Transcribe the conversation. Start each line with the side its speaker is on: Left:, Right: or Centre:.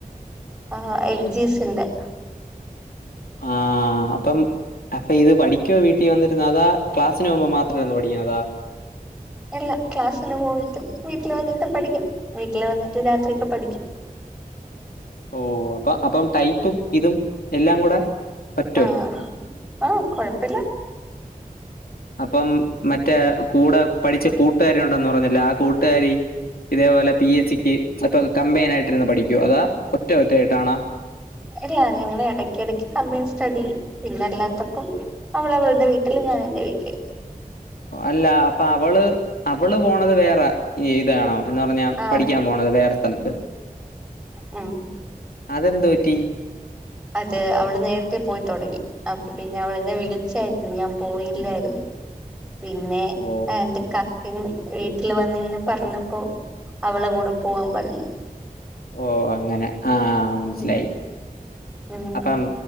Centre: ആ എൽജീസിന്റെ
Left: ആഹ് അപ്പം അപ്പൊ ഇത് പഠിക്കുവോ വീട്ടിൽ വന്നിട്ട് അതാ ക്ലാസ്സിന്പോകുമ്പോ മാത്രമായിരുന്നോ പഠിക്കുന്നതാ
Centre: എല്ലാ ക്ലാസ്സിന് പോയിട്ടും വീട്ടില് വന്നിട്ടും പഠിക്കും വീട്ടിൽ വന്നിട്ട് രാത്രിയൊക്കെ പഠിക്കും
Left: ഓ അപ്പൊ അപ്പം ടൈപ്പും ഇതും എല്ലാം കൂടെ പറ്റോ
Centre: ആഹ് ആഹ് കൊഴപ്പല്ല്യ
Left: അപ്പം മറ്റേ കൂടെ പഠിച്ച കൂട്ടുകാരി ഉണ്ടെന്ന് പറഞ്ഞില്ലേ കൂട്ടുകാരി ഇതേപോലെ പി എസ് സിക്ക് ഇപ്പൊ കമ്പയിൻ ആയിട്ടിരുന്ന് പഠിക്കോ അതോ ഒറ്റ ഒറ്റ ആയ്യിട്ട് കാണാം
Centre: അല്ല ഞങ്ങള് ഇടക്ക ഇടക്ക് കമ്പീൻ സ്റ്റഡി പിന്നെല്ലാത്തപ്പം അവള് അവളുടെ വീട്ടില് ഞാൻ എന്റെ വീട്ടില്
Left: അല്ല അപ്പൊ അവള് അവള് പോണത് വേറെ ഏയ്താണോ എന്ന് പറഞ്ഞ
Centre: ആ
Left: പഠിക്കാൻ പോണത് വേറെ സ്ഥലത്ത്
Centre: ഉം
Left: അത്എന്തുപറ്റി
Centre: അതെ അവള് നേരത്തെ പോയിതുടങ്ങി അ പിന്നെ അവള് എന്നെ വിളിച്ചായിരുന്നു ഞാൻ പോയില്ലായിരുന്നു
Left: <inaudible>
Centre: പിന്നെ
Left: ഓ
Centre: എന്തൊക്ക പിന്നെ വീട്ടിൽ വന്നിങ്ങനെ പറഞ്ഞപ്പോ അവളെ കൂടെ പോവാൻ പറഞ്ഞു
Left: ഓ അങ്ങനെ ആഹ് മനസിലായി
Centre: ഉം ഉം
Left: അപ്പം